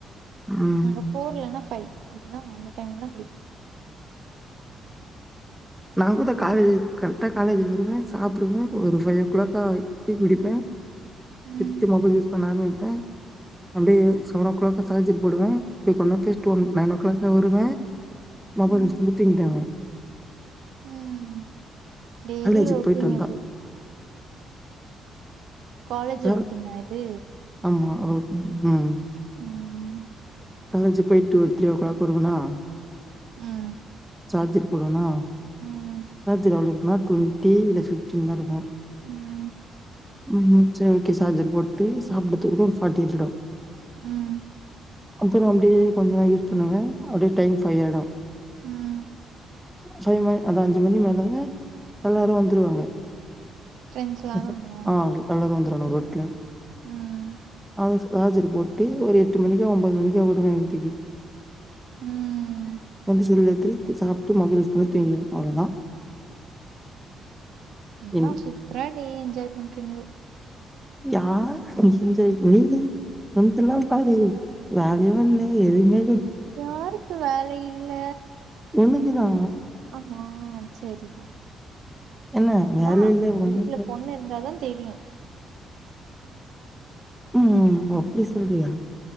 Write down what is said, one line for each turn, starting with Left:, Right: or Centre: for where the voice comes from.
Centre: ம்
Right: நாங்க ஃபோர் இல்லன்னா ஃபைவ் அப்டிதா அந்த டைம்ல தா குடிப்போ
Centre: நா கூத காலேஜ் கரெக்டா காலேஜ் வருவ சாப்டுவ ஒரு ஃபைவ் ஓ கிளாக்கா டீ குடிப்ப
Right: ம்
Centre: எத்து மொபைல் யூஸ் பண்ண ஆர அ அப்டே செவன் ஓ கிளாக் சார்ஜர் போடுவ போய் கொஞ் <unintelligible> நைன் ஓ க்ளாக் வருவ மொபைல்
Right: ம்
Centre: யூஸ் பண்ட்டு தூங்கிடுவ
Right: ம் டெய்லி
Centre: காலேஜுக்கு
Right: ரொட்டின்
Centre: போயிட்டு வந்தா
Right: இது காலேஜ்
Centre: த
Right: ரொட்டீனா இது
Centre: ஆமா ரொ உம்
Right: உம்
Centre: காலேஜு போயிட்டு ஒரு த்ரீ ஓ கிளாக் வருவனா
Right: ம்
Centre: ஆர்ஜர் போடுவ்னா
Right: ம்
Centre: சார்ஜர் எவ்ளோ இருக்குனா டொன்டி இல்ல ஃபிப்டீன் தாருக்கு
Right: ம்
Centre: ம் சேர் ஓகே சார்ஜர் போட்டு சாப்புட்டகுற்ற ஒரு ஃபாடி எட்டிடு
Right: ம்
Centre: அப்புரொ அப்டே கொஞ்சனா யூஸ் பண்ணுவே அப்டே டைம் ஃபை ஆய்டு
Right: ம்
Centre: ஃபைவ் மண் அதா அஞ்சி மணி மேல எல்லாரு வந்துருவாங்கெ
Right: ஃப்ரெண்ட்ஸ் எல்லாரு
Centre: யசப்
Right: வந்துருவாங்க
Centre: ஆ எல்லாரு வந்துருவனோ ரோட்ல
Right: ம்
Centre: அத ஸ்க்ரார் போட்டு ஒரு எட்டு மணி எ ஒன்பது மணிக்கா வருவே வீட்டிக்கி
Right: ம்
Centre: வந்து செல் எத்து சாப்ட்டு மொபைல் யூஸ் பண்ணி தூங்கிடுவே அவ்ளோதா
Right: அதா
Centre: என்
Right: சூப்ரா டே என்ஜாய் பண்றீங்கோ
Centre: யார் இஞ்ஜய் நீ மந்துல்லா பாரு வேல்யு இல்ல எதிமே
Right: யாருக்கு வேல இல்ல
Centre: ஒண்ணுக்குதா
Right: அமா சேரிதா
Centre: என்ன வேல
Right: தா
Centre: இல்ல ஒண்ணு
Right: வீட்ல
Centre: இல்ல
Right: பொண்ணு இருந்தாதா தெரியு
Centre: ம் ஒ அப்டி சொல்றியா